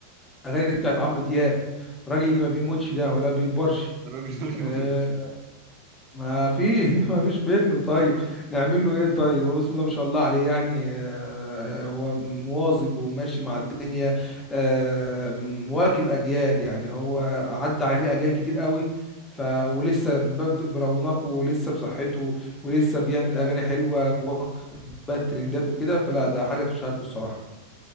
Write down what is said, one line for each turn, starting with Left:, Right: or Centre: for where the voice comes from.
Left: اغاني بتاعت عمرو دياب الراجل اللي ما بيموتش ده ولا بيكبرش
Right: الراجل <laughs>
Left: آه،
Right: ما بيموتش
Left: ما في <laughs> ما فيش منه طيب نعمل له ايه طيب هو بسم الله ما شاء الله عليه يعني آه، هو مواظب وماشي مع الدنيا آه، مواكب اجيال يعني هو عدى عليه اجيال كتير قوي ف ولسه ب- برونقه ولسه بصحته ولسه بيعمل اغاني حلوه واخد بقى الترندات وكده فلا ده حاجه تشهد له الصراحه